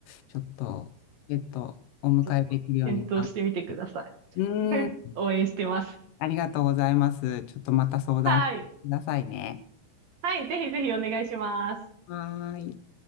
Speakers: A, on the left; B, on the right.
A: ちょっと、えっと、お迎えできるようにか。
B: ちょっと検討してみてください。
A: うーん、
B: <laughs> 応援してます。
A: ありがとうございます。ちょっとまた相談くださいね。
B: はい。はい、ぜひぜひお願いします。
A: はーい。